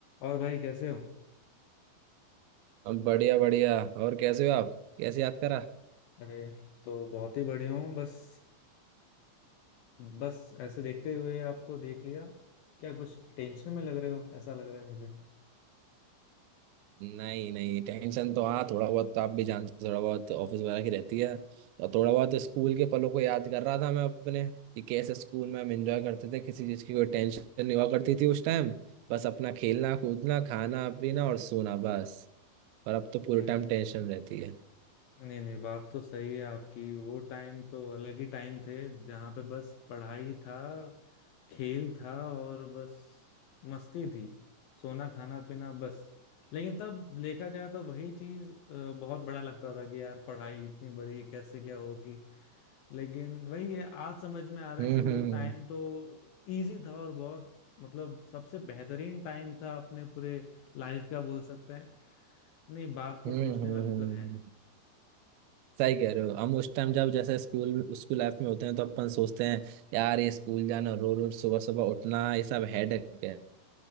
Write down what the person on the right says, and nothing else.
अब बढ़िया बढ़िया और कैसे हो आप कैसे याद करा
नहीं नहीं टेंशन तो हाँ थोड़ा बहुत तो आप भी जानते हो थोड़ा बहुत ऑफिस वगैरह की रहती है तो थोड़ा बहुत स्कूल के पलों को याद कर रहा था मैं अपने कि कैसे स्कूल में हम एंजॉय करते थे किसी चीज़ की कोई टेंशन नहीं हुआ करती थी उस टाइम बस अपना खेलना कूदना खाना पीना और सोना बस और अब तो पूरे
टाइम टेंशन रहती है
हम्म
हम्म
हम्म
हम्म हम्म।
सही कह रहे हो हम उस टाइम जब जैसे स्कूल स्कूल लाइफ में होते हैं तो अपन सोचते हैं यार ये स्कूल जाना रोज रोज सुबह सुबह उठना ये सब हेडेक है